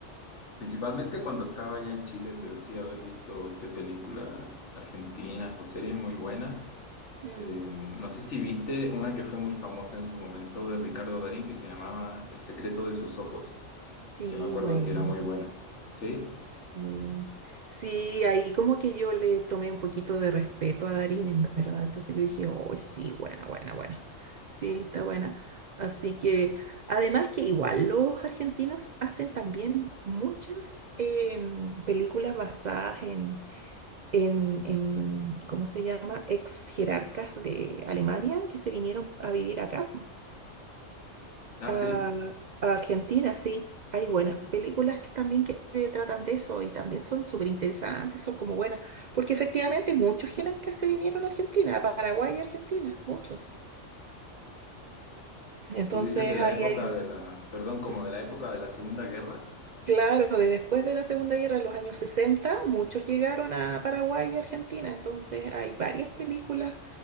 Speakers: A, on the left (about 70°); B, on the right (about 70°).
A: principalmente cuando estaba allá en Chile, pero sí haber visto este, películas argentinas o series muy buenas.
B: Mm,
A: Eh, no sé si viste una que fue muy famosa en su momento de Ricardo Darín que se llamaba El secreto de sus ojos,
B: Sí,
A: que me acuerdo
B: bueno.
A: que era muy buena. ¿Sí?
B: Sí, Sí, ahí como que yo le tomé un poquito de respeto a Darín, en verdad. Entonces yo dije, oh, sí, buena, buena, buena. Sí, está buena. Así que, además que igual los argentinos hacen también muchas em, películas basadas en, en, en, ¿cómo se llama? Ex jerarcas de Alemania que se vinieron a vivir acá.
A: Ah,
B: A,
A: sí.
B: a Argentina, sí. Hay buenas películas que también que que tratan de eso y también son súper interesantes, son como buenas, porque efectivamente muchos jerarcas se vinieron a Argentina, a Paraguay y Argentina, muchos. Entonces,
A: Tú dices de la
B: ahí
A: época
B: hay,
A: de la, perdón, como
B: es-
A: de la época de la Segunda Guerra.
B: claro, de después de la Segunda Guerra, en los años 60 muchos llegaron a Paraguay y Argentina, entonces hay varias películas